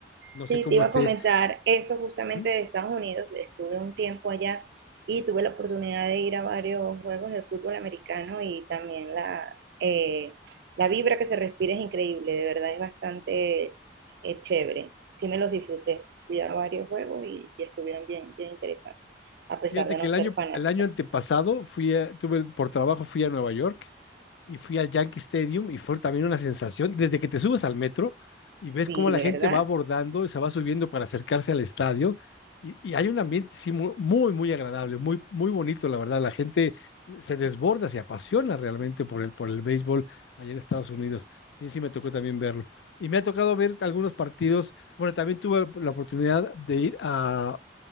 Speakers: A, on the left; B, on the right.
A: No
B: Sí,
A: sé cómo
B: te iba
A: esté.
B: a comentar eso justamente
A: ¿Mm?
B: de Estados Unidos. Estuve un tiempo allá y tuve la oportunidad de ir a varios juegos de fútbol americano y también la, eh, la vibra que se respira es increíble, de verdad es bastante eh, chévere. Sí me los disfruté. Fui a varios juegos y, y estuvieron bien, bien interesantes, a pesar
A: Fíjate
B: de
A: que
B: no
A: el
B: ser
A: año,
B: fanática.
A: el año antepasado fui a- tuve, por trabajo fui a Nueva York y fui al Yankee Stadium y fue también una sensación, desde que te subes al metro y
B: Sí,
A: ves cómo la
B: ¿verdad?
A: gente va abordando y se va subiendo para acercarse al estadio y, y hay un ambiente sí, mu- muy, muy agradable, muy, muy bonito, la verdad, la gente se desborda, se apasiona realmente por el, por el béisbol allá en Estados Unidos. Sí, sí, me tocó también verlo. Y me ha tocado ver algunos partidos, bueno, también tuve la oportunidad de ir a